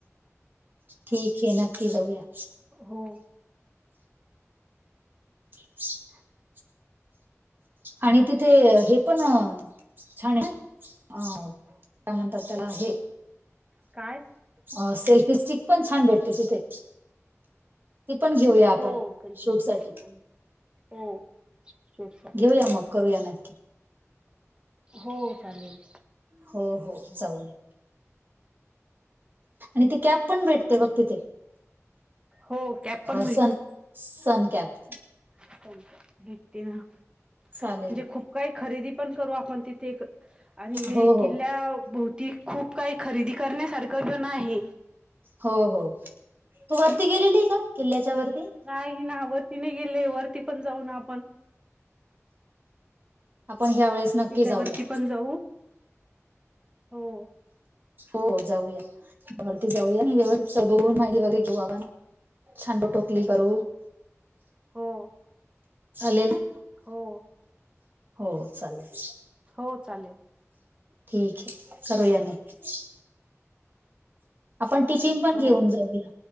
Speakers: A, on the right; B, on the right.
A: ठीक ए. नक्की जाऊया.
B: हो.
A: <inaudible> आणि तिथे हे पण छान आहे ना? अ काय म्हण -- तात त्याला हे.
B: काय
A: अं. सेल्फी स्टिक पण छान भेटते तिथे. ती पण घेऊया. आपण
B: हो. सेल्फी
A: शूट
B: स्टिक
A: साठी
B: <unintelligible> हो. शूट साठी
A: घेऊया मग. करूया नक्की.
B: हो. चालेल.
A: हो हो. जाऊया. आणि ती कॅप पण भेटते
B: आणि
A: बघ तिथे.
B: हो कॅप
A: अ
B: पण
A: सन- सनकॅप.
B: सनकॅप भेटते ना. म्हणजे
A: चालेल
B: खूप काही खरेदी पण करू आपण तिथे- आणि
A: हो हो
B: किल्ल्या भोवती खूप काही खरेदी करण्यासारखं पण आहे.
A: हो हो. तू वरती गेलेली ए का? किल्ल्याच्या वरती.
B: नाही ना. वरती नाही गेलेय. वरती पण जाऊ ना आपण.
A: आपण ह्या वेळेस- नक्की
B: किल्ल्यावरती
A: जाऊया
B: पण जाऊ. हो.
A: हो जाऊया. वरती जाऊया व्यवस्थित बघून माहिती वगैरे घेऊ आपण. छान फोटो क्लि करू.
B: हो
A: चालेल ना?
B: हो
A: हो चालेल.
B: हो चालेल.
A: ठीक ए. करु या नक्की. आपण टिफिन पण
B: हो
A: घेऊन जाऊया.